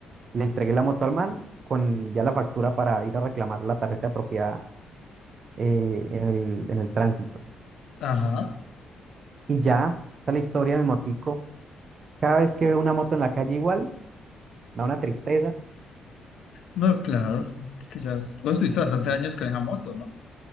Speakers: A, on the right; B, on the left.
A: le entregué la moto al man con ya la factura para ir a reclamar la tarjeta de propiedad eh, en el, en el tránsito.
B: ajá,
A: Y ya, esa es la historia de mi motico. Cada vez que veo una moto en la calle igual, me da una tristeza.
B: no, claro, es que ya vos estuviste bastante años con esa moto, ¿no?